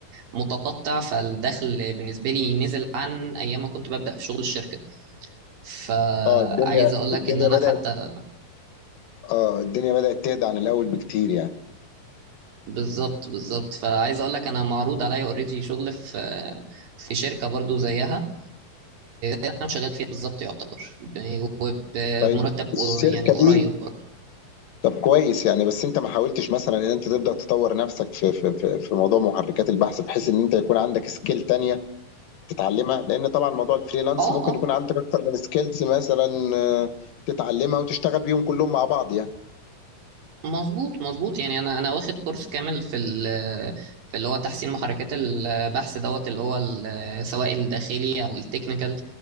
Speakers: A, on the right; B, on the left.
A: متقطع فالدخل بالنسبه لي نزل عن ايام ما كنت ببدا في شغل الشركه فعايز
B: اه الدنيا
A: اقول لك
B: الدنيا
A: ان انا
B: بدات
A: حتى
B: اه الدنيا بدات تهدى عن الاول بكتير يعني
A: بالظبط بالظبط فعايز اقول لك انا معروض عليا اوريدي شغل في في شركه برضو زيها انا شغال فيها بالظبط يعتبر ب- وبمرتب
B: طيب الشركه
A: يعني قريب
B: دي
A: برضو
B: طب كويس يعني بس انت ما حاولتش مثلا ان انت تبدا تطور نفسك في في في في موضوع محركات البحث بحيث ان انت يكون عندك سكيل تانية تتعلمها لان طبعا موضوع الفريلانس
A: اه
B: ممكن
A: اه
B: يكون عندك اكتر من سكيلز مثلا آه، تتعلمها وتشتغل بيهم كلهم مع بعض يعني
A: مظبوط مظبوط يعني انا انا واخد كورس كامل في ال في اللي هو تحسين محركات البحث دوت اللي هو ال- سواء الداخلي او التكنيكال